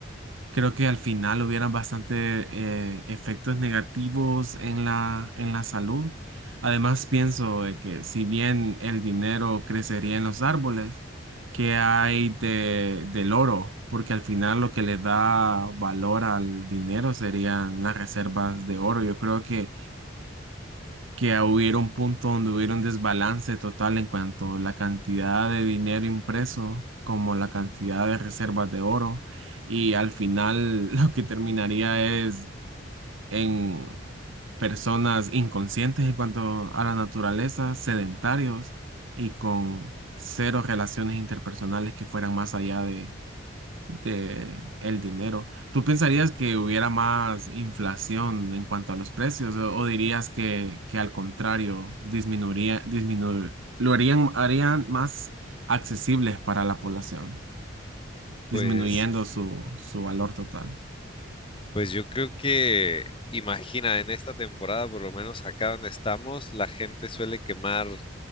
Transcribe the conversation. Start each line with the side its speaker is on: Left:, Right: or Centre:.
Right: Creo que al final hubieran bastante eh, efectos negativos en la, en la salud. Además, pienso de que si bien el dinero crecería en los árboles, ¿qué hay de, del oro? Porque al final lo que le da valor al dinero serían las reservas de oro. Yo creo que que hubiera un punto donde hubiera un desbalance total en cuanto a la cantidad de dinero impreso como la cantidad de reservas de oro y al final <laughs> lo que terminaría es en personas inconscientes en cuanto a la naturaleza, sedentarios y con cero relaciones interpersonales que fueran más allá de el dinero. ¿Tú pensarías que hubiera más inflación en cuanto a los precios o, o dirías que, que al contrario disminuiría, disminu- lo harían, harían más accesibles para la población,
Left: Pues,
Right: disminuyendo su, su valor total?
Left: pues yo creo que, imagina, en esta temporada, por lo menos acá donde estamos, la gente suele quemar